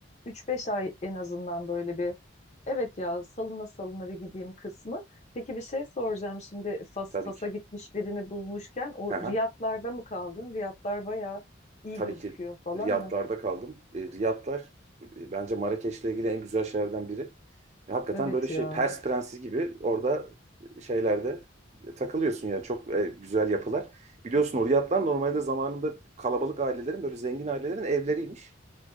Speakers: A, on the left; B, on the right.
A: üç beş ay en azından böyle bir evet ya salına salına bir gideyim kısmı. Peki bir şey soracağım şimdi Fas,
B: tabii
A: Fas'a
B: ki.
A: gitmiş birini bulmuşken o
B: Hı hı.
A: Riyadlar'da mı kaldın? Riyadlar bayağı iyi
B: tabii
A: gözüküyor
B: ki
A: falan
B: Riyadlar'da
A: da.
B: kaldım. E, Riyadlar e, bence Marrakeş'le ilgili en güzel şeylerden biri. E, hakikaten
A: Evet
B: böyle şey
A: ya.
B: Pers prensi gibi orada şeylerde e, takılıyorsun yani çok e, güzel yapılar. Biliyorsun o Riyadlar normalde zamanında kalabalık ailelerin böyle zengin ailelerin evleriymiş.